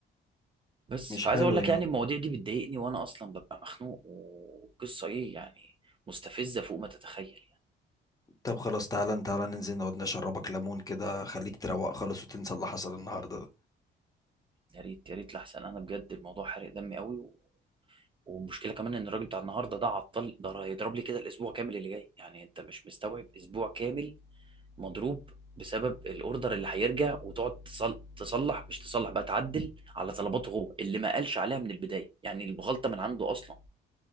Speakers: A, on the right; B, on the left.
A: بس
B: مش
A: فعايز
B: حلو
A: اقول لك
B: يعني
A: يعني المواضيع دي بتضايقني وانا اصلا ببقى مخنوق وقصه ايه يعني مستفزه فوق ما تتخيل يعني
B: طب خلاص تعالى تعالى ننزل نقعد نشربك ليمون كده خليك تروق خالص وتنسى اللي حصل النهارده ده
A: يا ريت يا ريت لحسن انا بجد الموضوع حرق دمي قوي و... والمشكله كمان ان الراجل بتاع النهارده ده عطل ده هيضرب لي كده الاسبوع كامل اللي جاي يعني انت مش مستوعب اسبوع كامل مضروب بسبب الاوردر اللي هيرجع وتقعد تصل- تصلح مش تصلح بقى تعدل على طلباته هو اللي ما قالش عليها من البدايه يعني الغلطه من عنده اصلا